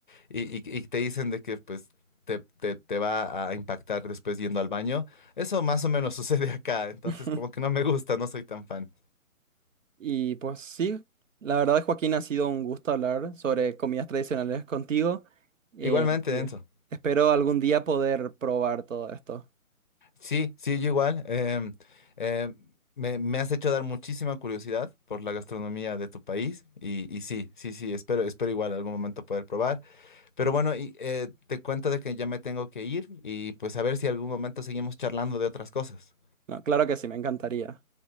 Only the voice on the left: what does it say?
y- y- y te dicen de que pues te, te- te va a impactar después yendo al baño. Eso más o menos <laughs> sucede acá, entonces
como que no me gusta, no soy tan fan.
Igualmente,
Enzo.
Sí, sí, yo igual. em, em, me, me has hecho dar muchísima curiosidad por la gastronomía de tu país y, y sí, sí, sí, espero, espero igual algún momento poder probar. Pero bueno, y, eh, te cuento de que ya me tengo que ir y pues a ver si algún momento seguimos charlando de otras cosas.